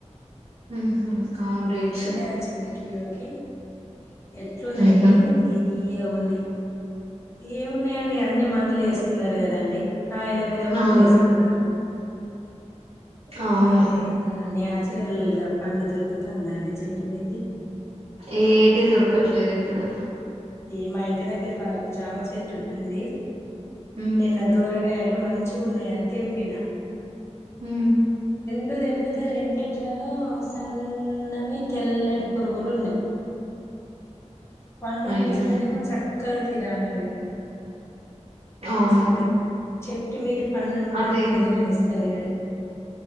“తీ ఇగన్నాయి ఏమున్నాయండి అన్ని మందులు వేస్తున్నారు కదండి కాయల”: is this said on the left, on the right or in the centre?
Left